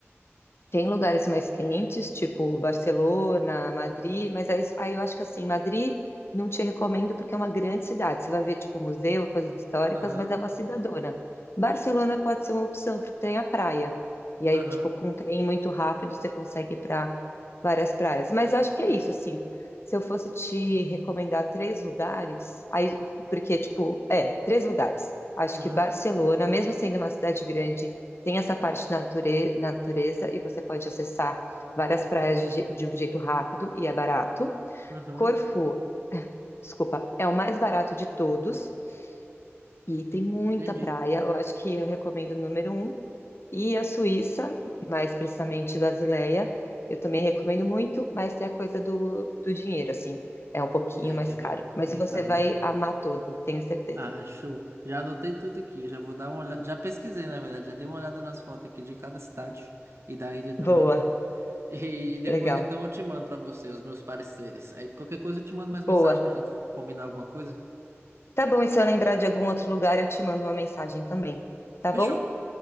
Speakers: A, on the left; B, on the right.
A: Tem lugares mais quentes, tipo Barcelona, Madrid, mas aí, aí eu acho que assim, Madrid não te recomendo porque é uma grande cidade. Você vai ver, tipo, museu, coisas históricas,
B: aham,
A: mas é uma cidadona. Barcelona pode ser uma opção, porque tem a praia. E aí,
B: aham,
A: tipo, com um trem muito rápido, você consegue ir para várias praias. Mas acho que é isso, assim. Se eu fosse te recomendar três lugares, aí, porque, tipo, é, três lugares. Acho
B: uhum,
A: que Barcelona, mesmo sendo uma cidade grande, tem essa parte da nature- natureza e você pode acessar várias praias de, je- de um jeito rápido e é barato.
B: uhum.
A: Corfu, desculpa, é o mais barato de todos e tem muita
B: Entendi.
A: praia. Eu acho que eu recomendo o número um. E a Suíça, mais precisamente Basileia, eu também recomendo muito, mas tem a coisa do, do dinheiro, assim. É um pouquinho
B: Sei
A: mais
B: que é
A: caro.
B: bem,
A: Mas
B: bem
A: você
B: caro,
A: vai
B: né?
A: amar todo, tenho certeza.
B: Ah, show. Já anotei tudo aqui, já vou dar uma olhada. Já pesquisei, na verdade, já dei uma olhada nas fotos aqui de cada cidade e da ilha também.
A: Boa,
B: E depois
A: legal.
B: então eu te mando pra você os meus pareceres. Aí qualquer coisa eu te mando
A: Boa.
B: mais mensagem pra gente combinar alguma coisa.
A: Tá bom, e se eu lembrar de algum outro lugar, eu te mando uma mensagem também, tá
B: Fechou?
A: bom?